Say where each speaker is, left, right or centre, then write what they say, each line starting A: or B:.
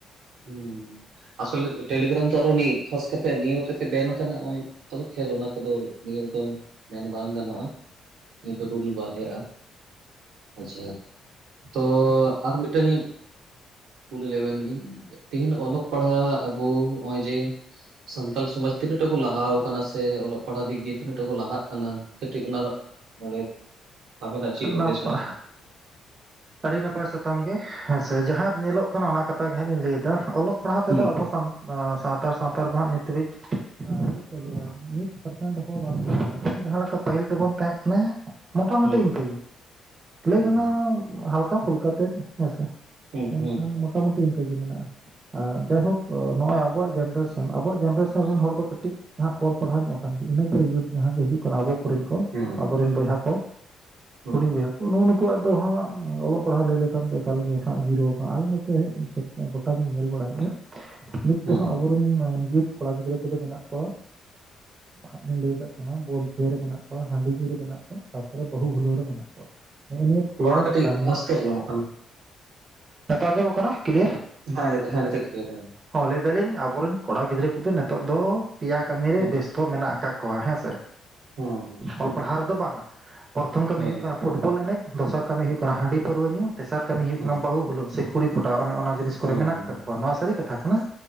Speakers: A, on the right; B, on the right.
A: ᱦᱩᱸ ᱟᱥᱚᱞᱮ ᱴᱮᱞᱤᱜᱨᱟᱢ ᱫᱚ ᱟᱨᱚ ᱱᱤᱭᱟᱹ ᱠᱷᱟᱥ ᱠᱟᱛᱮ ᱱᱤᱭᱟᱹᱚᱛ ᱛᱮ ᱵᱮᱱᱰ ᱠᱟᱱᱟ ᱱᱚᱜᱼᱚᱭ ᱟᱫᱚ ᱠᱷᱮᱛ ᱚᱱᱟ ᱠᱚᱫᱚ ᱱᱤᱭᱟᱹ ᱫᱚ ᱢᱮᱱ ᱵᱟᱝ ᱜᱟᱱᱚᱜᱼᱟ ᱱᱤᱭᱟᱹ ᱫᱚ ᱨᱩᱞ ᱵᱟᱨᱦᱮᱜᱼᱟ ᱟᱪᱪᱷᱟ ᱛᱚ ᱟᱨ ᱢᱤᱫᱴᱮᱱ ᱠᱩᱞᱤᱞᱮᱵᱷᱮᱱ ᱜᱤ ᱛᱮᱦᱤᱧ ᱚᱞᱚᱜ ᱯᱟᱲᱦᱟᱜ ᱟᱵᱚ ᱱᱚᱜᱼᱚᱭ ᱡᱮ ᱥᱟᱱᱛᱟᱞ ᱥᱚᱢᱟᱡᱽ ᱛᱤᱱᱟᱹᱜ ᱴᱟᱜ ᱠᱚ ᱞᱟᱦᱟᱣ ᱟᱠᱟᱱᱟ ᱥᱮ ᱚᱞᱚᱜ ᱯᱟᱲᱦᱟᱜ ᱫᱤᱠ ᱫᱤᱭᱮ ᱛᱤᱱᱟᱹᱜ ᱴᱟ ᱠᱚ ᱞᱟᱦᱟᱜ ᱠᱟᱱᱟ ᱠᱟᱹᱴᱤᱡ ᱚᱱᱟ ᱚᱱᱟ ᱜᱮ ᱟᱵᱮᱱᱟᱜ ᱪᱮᱫ ᱦᱩᱫᱤᱥ
B: ᱱᱟᱯᱟ ᱟᱹᱰᱤ ᱱᱟᱯᱟᱭ ᱥᱟᱛᱟᱢ ᱜᱮ ᱦᱮᱸ ᱥᱮ ᱡᱟᱦᱟᱸ ᱧᱮᱞᱚᱜ ᱠᱟᱱᱟ ᱚᱱᱟ ᱠᱟᱛᱷᱟ ᱚᱱᱟ ᱠᱟᱛᱷᱟ ᱜᱮᱞᱤᱧ ᱞᱟᱹᱭ ᱮᱫᱟ ᱚᱞᱚᱜ ᱯᱟᱲᱦᱟᱣ ᱛᱮᱫᱚ
A: ᱦᱩᱸ
B: ᱟᱵᱚ ᱥᱟᱱ ᱥᱟᱱᱛᱟᱲ ᱥᱟᱶᱛᱟ ᱨᱮ ᱫᱚ ᱦᱟᱸᱜ ᱱᱤᱛ ᱦᱟᱹᱵᱤᱡ ᱪᱮᱫ ᱠᱚ ᱞᱟᱹᱭ ᱟ ᱢᱤᱫ ᱯᱟᱨᱥᱮᱱᱴ ᱦᱚᱸ ᱵᱟᱝ ᱢᱮᱱᱟᱜᱼᱟ ᱡᱟᱦᱟᱸ ᱞᱮᱠᱟ ᱯᱟᱹᱦᱤᱞ ᱡᱮᱢᱚᱱ ᱛᱟᱦᱮᱸ ᱠᱟᱱᱟ ᱢᱚᱴᱟᱟᱢᱩᱴᱤ
A: ᱦᱩᱸ
B: ᱤᱱᱠᱟᱹᱜᱮ ᱞᱟᱹᱭ
A: ᱦᱩᱸ
B: ᱜᱟᱱᱚᱜ ᱟ ᱦᱟᱞᱠᱟ ᱯᱩᱞᱠᱟ ᱛᱮᱫ ᱦᱮᱸᱥᱮ
A: ᱦᱩᱸ
B: ᱢᱮᱱᱠᱷᱟᱱ
A: ᱦᱩᱸ
B: ᱢᱳᱴᱟᱢᱩᱴᱤ ᱤᱱᱠᱟᱹ ᱜᱮ ᱢᱮᱱᱟᱜᱼᱟ ᱡᱟᱭᱦᱳᱠ ᱱᱚᱜ ᱟᱵᱚᱣᱟᱜ ᱡᱱᱨᱮᱥᱚᱱ ᱟᱵᱚᱣᱟᱜ ᱡᱱᱨᱮᱥᱚᱱ ᱨᱮᱱ ᱦᱚᱲ ᱫᱚ ᱠᱟᱹᱴᱤᱡ ᱦᱟᱝ ᱠᱚ ᱚᱞ ᱯᱟᱲᱦᱟᱣ ᱧᱚᱜ ᱠᱟᱱᱟ᱾ ᱤᱱᱟᱹ ᱯᱚᱨᱮ ᱭᱩᱛ ᱡᱟᱦᱟᱸ ᱠᱚ ᱦᱤᱡᱩᱜ ᱠᱟᱱᱟ ᱟᱵᱚ ᱠᱚᱨᱮᱱ ᱠᱚ
A: ᱦᱩᱸ
B: ᱟᱵᱚᱨᱮᱱ ᱵᱚᱭᱦᱟ ᱠᱚ᱾
A: ᱦᱩᱸ
B: ᱦᱩᱰᱤᱧ ᱜᱮᱭᱟ ᱠᱚ ᱱᱩᱩᱱᱩᱠᱩ ᱩᱱᱚᱣᱟᱜ ᱫᱚ ᱦᱟᱸᱜ ᱚᱞᱚᱜ ᱯᱟᱲᱦᱟᱣ ᱞᱟᱹᱭ ᱞᱮᱠᱷᱟᱱ ᱫᱚ ᱮᱠᱟᱞᱜᱮ ᱦᱟᱸᱜ ᱡᱤᱨᱚ ᱟᱠᱟᱱᱟ ᱟᱞᱮ ᱱᱚᱛᱮ ᱜᱚᱴᱟᱜᱮᱧ ᱧᱮᱞ ᱵᱟᱲᱟ ᱠᱮᱫᱟ᱾ ᱱᱤᱛ
A: ᱦᱩᱸ
B: ᱫᱚ ᱦᱟᱸᱜ ᱟᱵᱚᱨᱮᱱ ᱭᱩᱛ ᱠᱚᱲᱟ ᱜᱤᱫᱽᱨᱟᱹ ᱠᱚᱫᱚ ᱢᱮᱱᱟᱜ ᱠᱚᱣᱟ ᱦᱟᱸᱜ ᱞᱤᱧ ᱞᱟᱹᱭ ᱠᱟᱜ ᱠᱟᱱᱟ ᱵᱚᱞ ᱛᱷᱤᱭᱟᱹ ᱨᱮ ᱢᱮᱱᱟᱜ ᱠᱚᱣᱟ ᱦᱟᱺᱰᱤ ᱧᱩ ᱨᱮ ᱢᱮᱱᱟᱜ ᱠᱚᱣᱟ ᱛᱟᱯᱚᱨᱮ ᱵᱟᱹᱦᱩ ᱵᱷᱩᱞᱳ ᱨᱮ ᱢᱮᱱᱟᱜ ᱠᱚᱣᱟ᱾ ᱱᱮᱜᱼ ᱱᱤᱭᱟᱹ ᱯᱮᱭᱟ
A: ᱨᱚᱲ
B: ᱠᱟᱹᱡᱤ
A: ᱠᱟᱹᱴᱤᱡ ᱟᱥᱛᱮ ᱟᱸᱡᱚᱢᱚᱜ ᱠᱟᱱᱟ
B: ᱱᱤᱛᱚᱜ ᱟᱸᱡᱚᱢᱚᱜ ᱠᱟᱱᱟ᱾ ᱠᱞᱤᱭᱟᱨ
A: ᱦᱮᱸ ᱱᱤᱛᱚᱜ ᱦᱮᱸ ᱱᱤᱛᱚᱜ ᱠᱞᱤᱭᱟᱨ ᱦᱮᱸ
B: ᱦᱚᱸ ᱞᱟᱹᱭᱫᱟᱞᱤᱧ ᱟᱵᱚᱨᱮᱱ ᱠᱚᱲᱟ ᱜᱤᱫᱽᱨᱟᱹ ᱠᱚᱫᱚ ᱱᱤᱛᱚᱜ ᱫᱚ ᱯᱮᱭᱟ ᱠᱟᱹᱢᱤ ᱨᱮ
A: ᱦᱩᱸ
B: ᱵᱮᱥᱛᱚ ᱢᱮᱱᱟᱜ ᱟᱠᱟᱫ ᱠᱚᱣᱟ ᱦᱮᱸᱥᱮ
A: ᱦᱩᱸ
B: ᱚᱞ ᱯᱟᱲᱦᱟᱣ ᱨᱮᱫᱚ ᱵᱟᱝ-ᱟ ᱯᱨᱚᱛᱷᱚᱢ ᱠᱟᱹᱢᱤ
A: ᱦᱳᱭ
B: ᱦᱩᱭᱩᱜ
A: ᱦᱳᱭ
B: ᱠᱟᱱᱟ ᱯᱷᱩᱴᱵᱚᱞ ᱮᱱᱮᱡ ᱫᱚᱥᱟᱨ ᱠᱟᱹᱢᱤ ᱦᱩᱭᱩᱜ ᱠᱟᱱᱟ ᱦᱟᱺᱰᱤ ᱯᱟᱹᱨᱣᱟᱹ ᱧᱩ ᱛᱮᱥᱟᱨ ᱠᱟᱹᱢᱤ ᱦᱩᱭᱩᱜ
A: ᱦᱩᱸ
B: ᱠᱟᱱᱟ ᱵᱟᱹᱦᱩ ᱵᱷᱩᱞᱟᱹᱣ ᱥᱮ ᱠᱩᱲᱤ ᱯᱚᱴᱟᱣ ᱱᱼᱚ ᱱᱚᱣᱟ ᱡᱤᱱᱤᱥ ᱠᱚᱨᱮ
A: ᱦᱩᱸ
B: ᱢᱮᱱᱟᱜ ᱟᱠᱟᱫ ᱠᱚᱣᱟ ᱱᱚᱣᱟ ᱥᱟᱹᱨᱤ ᱠᱟᱛᱷᱟ ᱠᱟᱱᱟ᱾